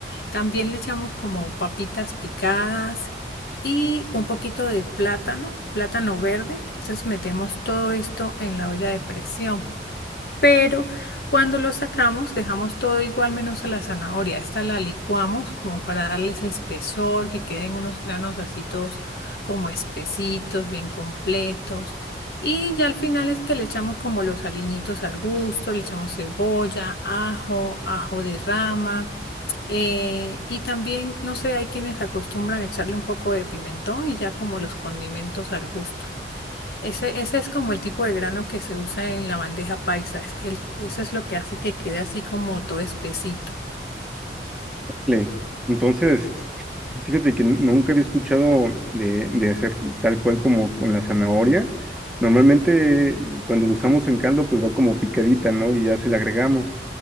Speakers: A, on the left (about 60°); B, in the centre.
A: También le echamos como papitas picadas y un poquito de plátano, plátano verde. Entonces metemos todo esto en la olla de presión pero cuando lo sacamos dejamos todo igual menos a la zanahoria. Esta la licuamos como para darles espesor, que queden unos granos así todos como espesitos, bien completos. Y ya al final es que le echamos como los aliñitos al gusto, le echamos cebolla, ajo, ajo de rama. eh, y también, no sé, hay quienes acostumbran a echarle un poco de pimentón y ya como los condimentos al gusto. Ese, ese es como el tipo de grano que se usa en la bandeja paisa, es que el- eso es lo que hace que quede así como todo espesito.
B: Le- Entonces, fíjate que nunca había escuchado de, de hacer tal cual como con la zanahoria. Normalmente cuando lo usamos en caldo, pues va como picadita, ¿no? Y ya se le agregamos.